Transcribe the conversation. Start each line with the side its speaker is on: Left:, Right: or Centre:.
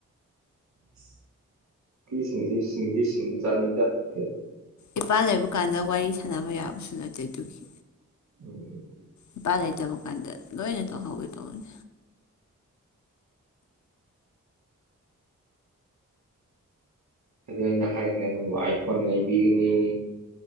Right: <unintelligible>
Left: ꯏꯄꯥ ꯂꯩꯕ ꯀꯥꯟꯗ ꯋꯥꯔꯤ ꯁꯥꯟꯅꯕ ꯌꯥꯕꯁꯨ ꯅꯠꯇꯦ ꯑꯗꯨꯒꯤ
Right: ꯎꯝ
Left: ꯏꯄꯥ ꯂꯩꯇꯕ ꯀꯥꯟꯗ ꯂꯣꯏꯅ ꯇꯧꯍꯧꯒꯦ ꯇꯧꯅꯤ
Right: ꯑꯗꯨ ꯑꯩꯅ ꯍꯥꯏꯈ꯭ꯔꯦ ꯅꯪꯕꯨ ꯑꯥꯏꯐꯣꯟ ꯂꯩꯕꯤꯒꯅꯤ